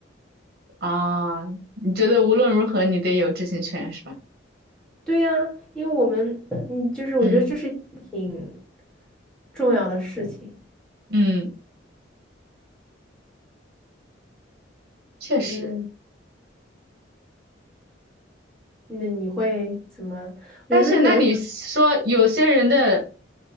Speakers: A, on the right; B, in the centre.
A: 啊，你觉得无论如何你得有知情权是吧？
B: 对呀，因为我们，嗯，就是我觉得这是一件挺
A: 嗯
B: 重要的事情。
A: 嗯，确实，
B: 嗯，那你会怎么？有时候人
A: 但是那你说有些人的